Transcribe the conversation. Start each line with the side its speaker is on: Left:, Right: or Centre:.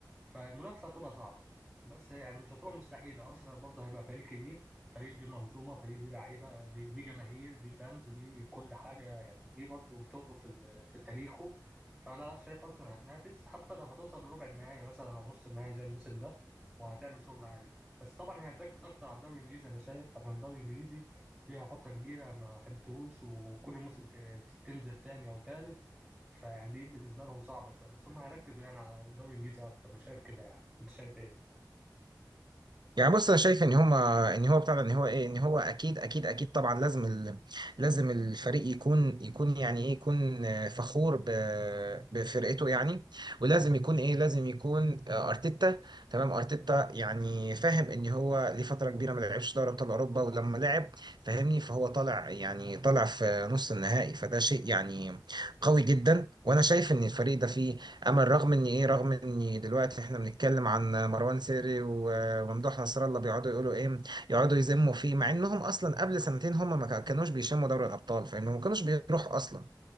Centre: فالمنافسة هتبقى صعبة بس يعني مش هتبقى مستحيلة أرسنال برضه هيبقى فريق كبير فريق ليه منظومة فريق ليه لعيبة ليه ليه جماهير ليه فانز ليه كل حاجة يعني ليه برضه تقله في ال- في تاريخه فأنا لا شايف أرسنال هتنافس حتى لو هتوصل لربع النهائي مثلا أو نص النهائي زي الموسم ده وهتعمل شغل عالي بس طبعا هي هتركز أكتر على الدوري الإنجليزي أنا شايف عشان الدوري الإنجليزي ليها فترة كبيرة ما خدتهوش وكل موسم ت- تنزل تاني أو تالت فيعني دي بالنسبة لهم صعبة شوية بس هم هيركزوا يعني على الدوري الإنجليزي أكتر أنا شايف كده يعني أنت شايف إيه؟
Right: يعني بص انا شايف ان هما ان هو بتاع ده، ان هو ايه ان هو اكيد اكيد اكيد طبعا لازم ال... لازم الفريق يكون يكون يعني ايه يكون آه، فخور ب... بفرقته يعني ولازم يكون ايه لازم يكون آه، ارتيتا تمام ارتيتا يعني فاهم ان هو لفتره كبيره ما لعبش دوري ابطال اوروبا ولما لعب فاهمني فهو طالع يعني طالع في نص النهائي فده شيء يعني قوي جدا وانا شايف ان الفريق ده فيه امل رغم ان ايه رغم ان دلوقتي احنا بنتكلم عن مروان سيري وممدوح نصر الله بيقعدوا يقولوا ايه يقعدوا يذموا فيه مع انهم اصلا قبل سنتين هم ما كا- كانوش بيشموا دوري الابطال فانهم ما كانوش بيروحوا اصلا